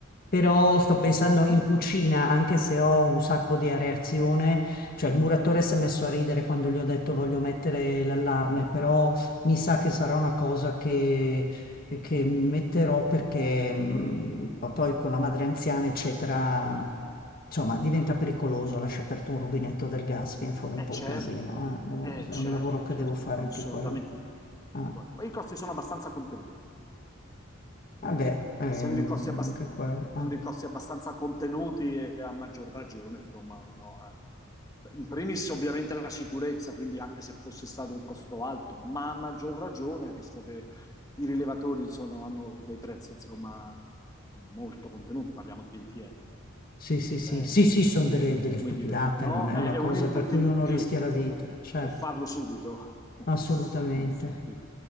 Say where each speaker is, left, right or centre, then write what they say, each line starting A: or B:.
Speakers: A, on the left (about 45°); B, on the left (about 20°).
A: Però sto pensando in cucina, anche se ho un sacco di areazione, cioè il muratore si è messo a ridere quando gli ho detto voglio mettere l'allarme, però mi sa che sarà una cosa che e che metterò perché mh, po- poi con la madre anziana, eccetera, insomma, diventa pericoloso lasciare aperto un rubinetto del gas, viene fuori
B: è
A: un po'
B: certo,
A: un casino. eh. Devo-
B: è
A: è
B: certo,
A: un lavoro che
B: certo,
A: devo fare
B: non
A: anche
B: assolutamente.
A: quello. Ah,
B: Poi i costi sono abbastanza contenuti.
A: vabbè, eh,
B: essendo i costi
A: era
B: abbast-
A: anche quello. Ah,
B: essendo i costi abbastanza contenuti e a maggior ragione, insomma, uno, eh, in primis ovviamente la sicurezza, quindi anche se fosse stato un costo alto, ma a maggior ragione, visto che i rilevatori sono- hanno dei prezzi, insomma, molto contenuti, parliamo di 20 euro.
A: Sì, sì, sì,
B: Beh,
A: sì, sì, sono delle, delle
B: come
A: stupidate,
B: dire, no?
A: non è
B: È,
A: una
B: è
A: cosa
B: un input
A: per cui
B: in
A: uno
B: più,
A: rischia la
B: insomma,
A: vita,
B: per,
A: certo,
B: per farlo subito, <laughs>
A: assolutamente.
B: in effetti.